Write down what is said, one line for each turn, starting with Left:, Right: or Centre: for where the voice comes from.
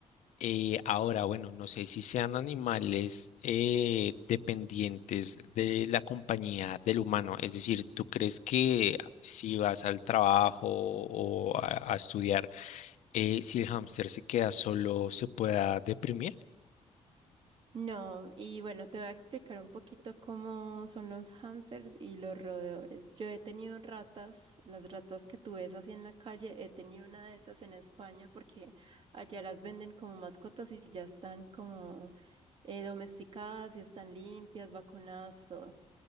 Left: Eh, ahora, bueno, no sé si sean animales eh, dependientes de la compañía del humano. Es decir, ¿tú crees que si vas al trabajo o a, a estudiar, eh, si el hámster se queda solo, se pueda deprimir?
Right: No, y bueno, te voy a explicar un poquito cómo son los hámsters y los roedores. Yo he tenido ratas, las ratas que tú ves así en la calle, he tenido una de esas en España porque allá las venden como mascotas y ya están como eh, domesticadas y están limpias, vacunadas, todo.